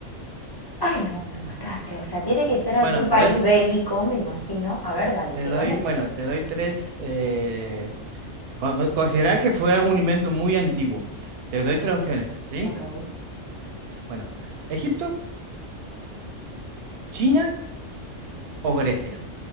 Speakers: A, on the left; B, on the right.
A: Ay, no, me mataste. O sea, tiene que ser algún
B: Bueno,
A: país
B: te doy,
A: bélico, me imagino. A ver, dale,
B: te
A: sí,
B: doy,
A: dame opciones.
B: bueno, te doy tres, eh, Con- con- Considerar que fue un invento muy antiguo. Te doy tres opciones, ¿sí?
A: Ok.
B: Bueno, Egipto, China o Grecia.